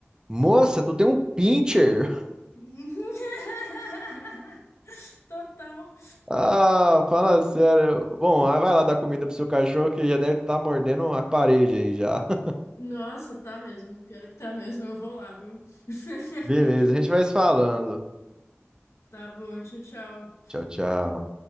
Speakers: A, on the right; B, on the left.
A: Moça, tu tem um pincher. <laughs>
B: <laughs> Total.
A: Ah, fala sério. Bom, ah, vai lá dar comida pro seu cachorro que já deve estar mordendo a parede aí já. <laughs>
B: Nossa, tá mesmo. Pior é que tá mesmo. Eu vou lá, viu? <laughs>
A: Beleza, a gente vai se falando.
B: Tá bom, tchau, tchau.
A: Tchau, tchau.